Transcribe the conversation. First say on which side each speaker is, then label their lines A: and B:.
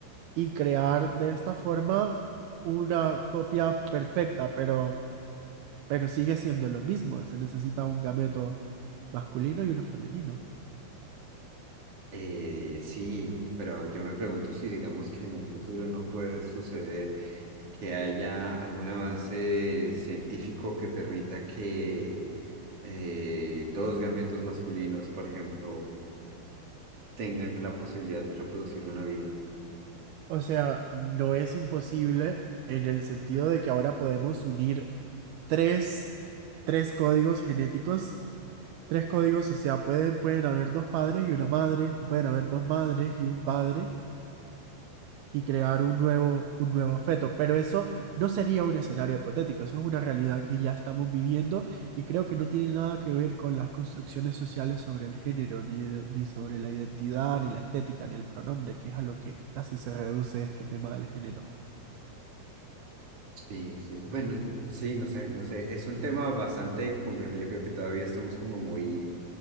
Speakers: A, on the right (about 70°); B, on the right (about 35°).
A: y crear de esta forma una copia perfecta, pero, pero sigue siendo lo mismo. Se necesita un gameto masculino y uno femenino.
B: Eh, sí, pero yo me pregunto si digamos que en un futuro no puede suceder que haya algún avance científico que permita que eh, dos gametos masculinos, por ejemplo, tengan la posibilidad de reproducir una vida.
A: O sea, no es imposible en el sentido de que ahora podemos unir tres, tres códigos genéticos tres códigos, o sea, puede- pueden haber dos padres y una madre, o pueden haber dos madres y un padre y crear un nuevo, un nuevo feto. Pero eso no sería un escenario hipotético, eso es una realidad que ya estamos viviendo y creo que no tiene nada que ver con las construcciones sociales sobre el género, ni, de- ni sobre la identidad, ni la estética, ni el pronombre, que es a lo que casi se reduce este tema del género.
B: Sí, sí. Bueno, sí, no sé, no sé. Es un tema bastante complejo. Yo creo que todavía estamos como muy